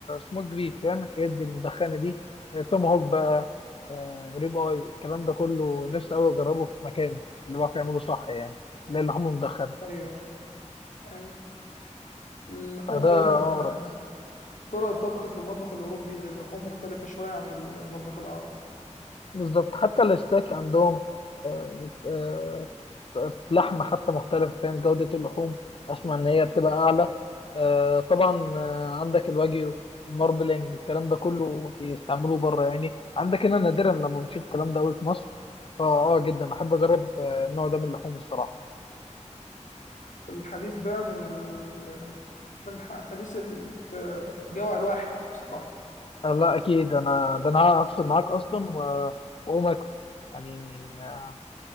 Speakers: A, on the left; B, on the left.
A: سموكد بيف فاهم الحاجات دي المدخنه دي آه، توم هوك بقى آه، ريب اي الكلام ده كله نفسي قوي اجربه في مكانه اللي بيعرف يعمله صح يعني لا اللحوم المدخنه
B: أيوه أيوه اللحوم
A: فده
B: فعلا
A: اقرب
B: طرق الطبخ في المطبخ الأوروبي للحوم مختلفة شوية عن المطبخ العربي
A: بالظبط حتى الستيك عندهم آه، آه، لحم حتى مختلف فاهم جودة اللحوم أسمع إن هي بتبقى أعلى آه، طبعا آه، عندك الواجيو الماربلينج الكلام ده كله بيستعملوه بره يعني عندك هنا نادرا لما بنشوف الكلام ده قوي في مصر فأه جدا أحب أجرب آه، النوع ده من اللحوم الصراحة
B: الحديث ده من ال... من الحديث اللي بت... بتجوع الواحد بصراحة
A: آه، لا أكيد أنا ده أنا هفصل معاك
B: مم.
A: أصلا و- وأقوم آكل يعني آه،